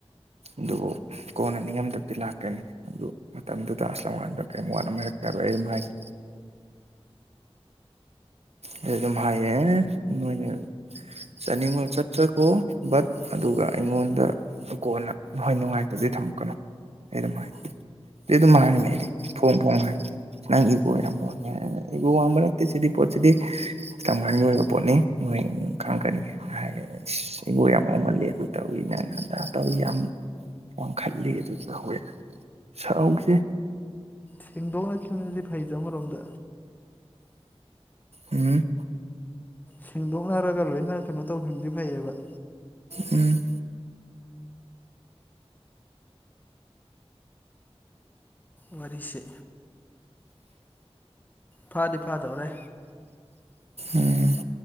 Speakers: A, on the right; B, on the left.
A: ꯑꯗꯨꯕꯨ ꯀꯣꯟꯅ ꯅꯤꯡꯉꯝꯗꯕꯗꯤ ꯂꯥꯛꯀꯅꯤ ꯑꯗꯨ ꯃꯇꯝꯗꯨꯗ ꯑꯁꯉꯥꯟꯗ ꯀꯔꯤꯝ ꯋꯥꯠꯅ ꯍꯥꯏꯔꯛꯀꯔꯣꯏ ꯑꯩ ꯃꯥꯒꯤ ꯑꯩ ꯑꯗꯨꯝ ꯍꯥꯏꯌꯦ ꯅꯣꯏꯅ ꯆꯠꯅꯤꯡꯕ ꯆꯠꯆꯈꯣ ꯕꯠ ꯑꯗꯨꯒ ꯑꯩꯉꯣꯟꯗ ꯀꯣꯟꯅ ꯅꯣꯏ ꯅꯨꯡꯉꯥꯏꯇꯕꯗꯤ ꯊꯝꯃꯛꯀꯅꯨ ꯑꯩ ꯑꯗꯨꯝ ꯍꯥꯏ ꯑꯗꯨ ꯑꯗꯨꯝ ꯍꯥꯏꯔꯝꯃꯦ ꯑꯩꯗꯤ ꯐꯣꯡ ꯐꯣꯡ ꯍꯥꯏ ꯅꯪ ꯏꯒꯣ ꯌꯥꯝꯋꯥꯡꯉꯦ ꯍꯥꯏꯔꯒ ꯏꯒꯣ ꯋꯥꯡꯕ ꯅꯠꯇꯦ ꯁꯤꯒꯤ ꯄꯣꯠꯁꯤꯗꯤ ꯇꯉꯟꯒꯤ ꯑꯣꯏꯕ ꯄꯣꯠꯅꯤ ꯅꯣꯏ ꯈꯪꯉꯛꯀꯅꯤ ꯍꯥꯏꯅ ꯍꯥꯏꯌꯦ ꯏꯒꯣ ꯌꯥꯝ ꯋꯥꯡꯃꯜꯂꯦ ꯑꯗꯨ ꯇꯧꯏꯤ ꯅꯪ ꯇꯧꯏ ꯌꯥꯝ ꯋꯥꯡꯈꯠꯂꯤ ꯑꯗꯨ ꯇꯧꯋꯦ ꯁꯥꯎꯈꯤꯁꯦ
B: ꯁꯦꯡꯗꯣꯛꯅꯈꯤꯕꯅꯗꯤ ꯐꯩ ꯑꯃꯔꯣꯝꯗ
A: ꯎꯝ
B: ꯁꯦꯡꯗꯣꯛꯅꯔꯒ ꯂꯣꯏꯅ ꯀꯩꯅꯣ ꯇꯧꯈꯤꯕꯗꯤ ꯐꯩꯌꯦꯕ
A: ꯎꯝ
B: ꯋꯥꯔꯤꯁꯦ ꯐꯥꯗꯤ ꯐꯥꯗꯧꯔꯦ
A: ꯎꯝ